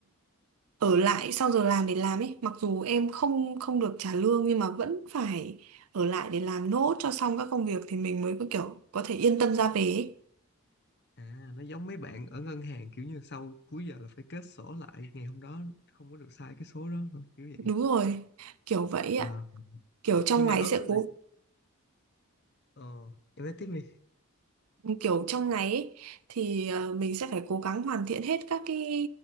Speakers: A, on the right; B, on the left.
A: ở lại sau giờ làm để làm ấy mặc dù em không không được trả lương nhưng mà vẫn phải ở lại để làm nốt cho xong các công việc thì mình mới có kiểu có thể yên tâm ra về ấy.
B: À, nó giống mấy bạn ở ngân hàng kiểu như sau cuối giờ là phải kết sổ lại ngày hôm đó không có được sai cái số đó kiểu vậy.
A: đúng rồi kiểu vậy ạ
B: À,
A: kiểu trong
B: Nhưng
A: ngày
B: mà đối
A: sẽ
B: với
A: cố
B: lại ờ, em nói tiếp đi.
A: kiểu trong ngày ấy, thì ờ, mình sẽ phải cố gắng hoàn thiện hết các cái